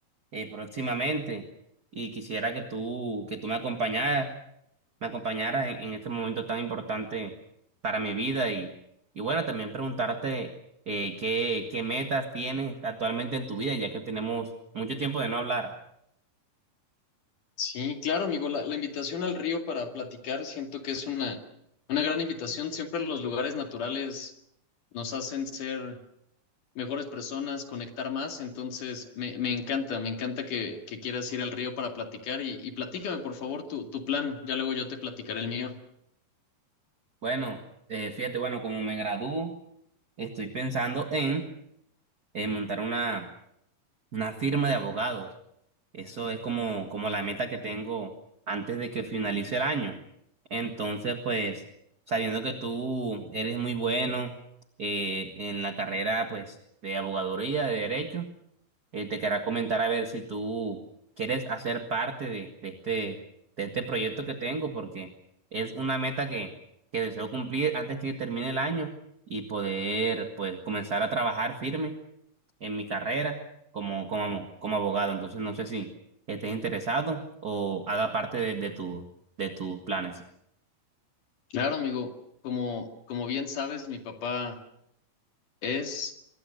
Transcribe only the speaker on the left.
Sí, claro, amigo, la, la invitación al río para platicar siento que es una, una gran invitación. Siempre los lugares naturales nos hacen ser mejores personas, conectar más. Entonces, me, me encanta, me encanta que, que quieras ir al río para platicar y, y platícame, por favor, tu, tu plan. Ya luego yo te platicaré el mío.
Claro, amigo, como, como bien sabes, mi papá es